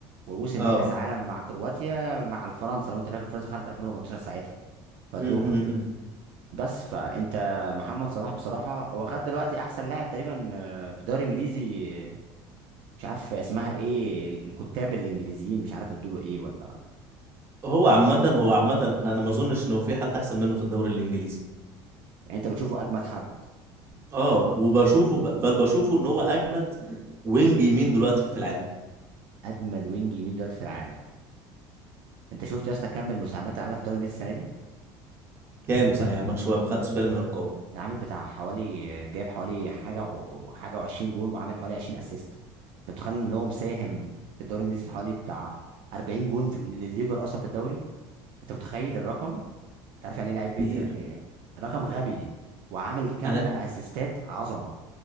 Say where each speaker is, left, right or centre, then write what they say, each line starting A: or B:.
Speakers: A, on the right; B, on the right.
A: ووصل
B: اه
A: نهائي كاس عالم مع كرواتيا مع الفرنسا لو انت فاكر فرنسا خدت 2018 ساعتها فادوها
B: امم أمم، أمم.
A: بس فانت محمد صلاح بصراحه هو خد دلوقتي احسن لاعب تقريبا آه، في الدوري الانجليزي آه، مش عارف اسمها ايه ال- الكتاب الانجليزيين مش عارف ادوله ايه ولا
B: هو عامه هو عامه انا ما اظنش ان هو في حد احسن منه في الدوري الانجليزي
A: يعني انت بتشوفه اجمد حد
B: اه وبشوفه ب- بل بشوفه ان هو اجمد وينج يمين دلوقتي في العالم
A: اجمد وينج يمين دلوقتي في العالم انت شفت يا اسطى كم المساهمات اللي عملها في الدوري الانجليزي السنه دي
B: كام <laughs> صحيح ما شويه ما خدتش بالي من الارقام
A: ده عامل بتاع حوالي جايب حوالي حاجه و... حاجه و20 جون وعامل حوالي 20 اسيست انت متخيل ان هو مساهم في الدوري الانجليزي في حوالي بتاع 40 جون في ال- للليفر اصلا في الدوري انت متخيل الرقم انت عارف يعني ايه لعيب بي-
B: كتير
A: ده إيه؟ رقم غبي وعامل كم
B: انا
A: اسيستات عظمه